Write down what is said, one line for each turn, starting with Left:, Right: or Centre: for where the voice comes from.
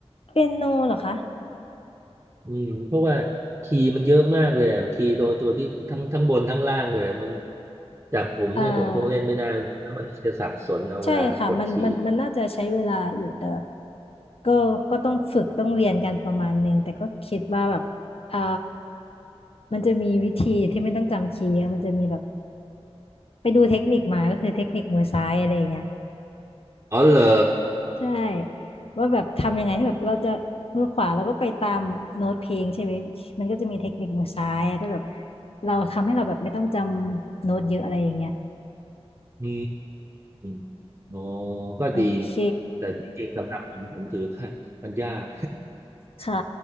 Left: เปียโนเหรอคะ
Right: อืมเพราะว่าคีย์มันเยอะมากเลยอะคีย์ตัวตัวที่ทั้งทั้งบนทั้งล่างเลยอะมันจากผมเนี่ยผมคงเล่นไม่ได้
Left: เออ
Right: มันจะสับสนเอาเวลากดคีย์
Left: ใช่ค่ะมันมันมันน่าจะใช้เวลาอยู่แต่ก็ก็ต้องฝึกต้องเรียนกันประมาณหนึ่ง แต่ก็คิดว่าแบบเออมันจะมีวิธีที่ไม่ต้องจำคีย์เยอะมันจะมีแบบ ไปดูเทคนิคมาก็คือเทคนิคมือซ้ายอะไรอย่างเงี้ย
Right: อ๋อเหรอ
Left: ใช่ว่าแบบทำยังไงที่แบบเราจะมือขวาเราก็ไปตามโน้ตเพลงใช่ไหมมันก็จะมีเทคนิคมือซ้ายแต่แบบเราทำให้เราแบบไม่ต้องจำโน้ตเยอะอะไรอย่างเงี้ย
Right: อืมอ๋อก็ดี
Left: โอเค
Right: แต่จริงๆสำหรับผมผมถือว่ามันยาก
Left: ค่ะ